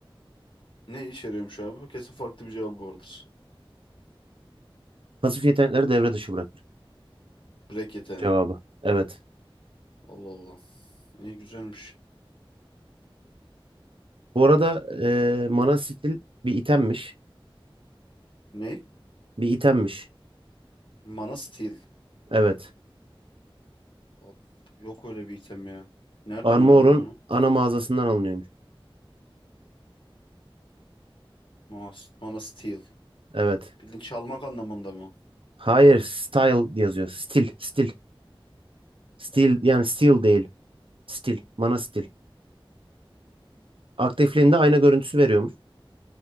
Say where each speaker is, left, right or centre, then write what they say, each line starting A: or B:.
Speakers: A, on the left (about 60°); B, on the right (about 70°).
A: Ne işe yarıyormuş abi? Kesin farklı bir cevabı vardır.
B: Pasif yetenekleri devre dışı bırakır.
A: Break yeteneği.
B: Cevabı. Evet.
A: Allah Allah. İyi güzelmiş.
B: Bu arada eee mana skill bir itemmiş.
A: Ne?
B: Bir itemmiş.
A: Mana Steel.
B: Evet.
A: Abi, yok öyle bir item ya. Nereden
B: Armor'un
A: öğrendim onu?
B: ana mağazasından alınıyormuş.
A: Mana, Mana Steel.
B: Evet.
A: Bildiğin çalmak anlamında mı?
B: Hayır, style yazıyor. Stil, stil. Stil yani steel değil. Stil, mana stil. Aktifliğinde ayna görüntüsü veriyormuş